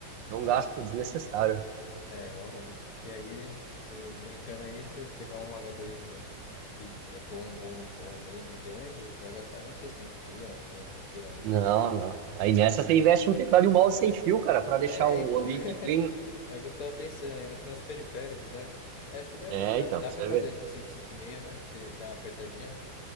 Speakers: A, on the right; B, on the left.
A: É um
B: é,
A: gasto desnecessário.
B: é, realmente. E aí, você brincando aí, você pegar um HD que é bom, bom, bom mesmo, e grande, você vai gastar uns 600 pila, 500 pila,
A: Não, não. Aí nessa você investe um teclado e um mouse sem fio, cara, para deixar
B: É,
A: um
B: então.
A: ambiente
B: <laughs>
A: clean.
B: É o que eu tava pensando, ainda tem os periféricos, né? É, Acho que dá,
A: É,
B: dá,
A: então,
B: dá
A: pra
B: pra
A: você
B: fazer
A: ver.
B: com cinco, cinco e meio, né? Você dá uma apertadinha,